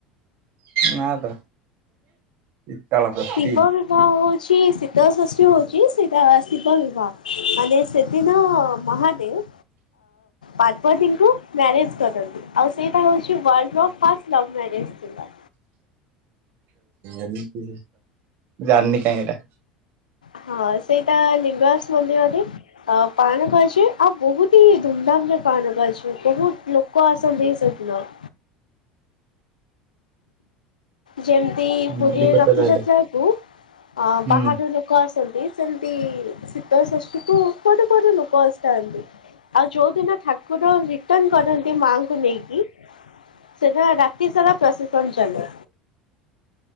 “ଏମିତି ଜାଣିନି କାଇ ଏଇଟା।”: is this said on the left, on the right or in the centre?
Right